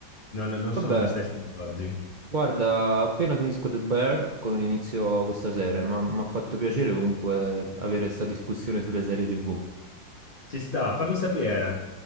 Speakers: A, on the left (about 25°); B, on the right (about 35°).
A: Non, non
B: Vabbè,
A: sono gli stessi di oggi.
B: guarda, appena finisco The Bear, co- inizio questa serie, ma mi ha fatto piacere comunque avere questa discussione sulle serie TV.
A: Ci sta, fammi sapere.